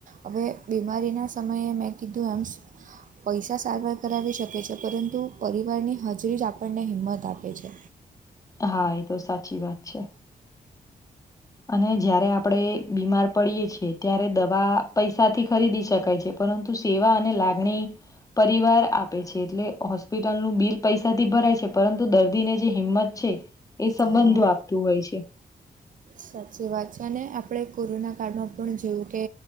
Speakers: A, on the right; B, on the left.
A: હવે બીમારીના સમયે મેં કીધું એમ. પૈસા સારવાર કરાવી શકે છે પરંતુ પરિવારની હજરી જ આપણને હિંમત આપે છે.
B: હા એ તો સાચી વાત છે. અને જયારે આપણે બીમાર પડીયએ છીએ ત્યારે દવા પૈસા થી ખરીદી શકાય છે. પરંતુ સેવા અને લાગણી પરિવાર આપે છે એટલે. હોસ્પિટલનુંું બિલ પૈસાથી ભરાય છે પરંતુ દર્દીને જે હિંમત છે એ સંબંધો
A: હા
B: આપે. તુ હોય છે.
A: સાચી વાત છે અને આપડે કોરોના કાળમાં પણ જોયું કે